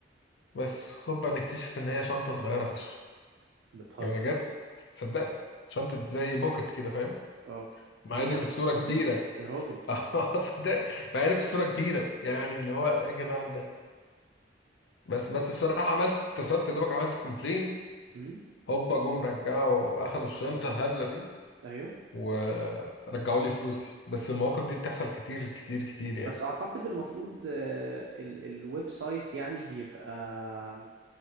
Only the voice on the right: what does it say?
بتهزر
اه
ايه
ده
بوكيت
يا راجل
إيه
ال...
امم
ايوه
بس اعتقد المفروض آه، ال الويب سايت يعني بيبقى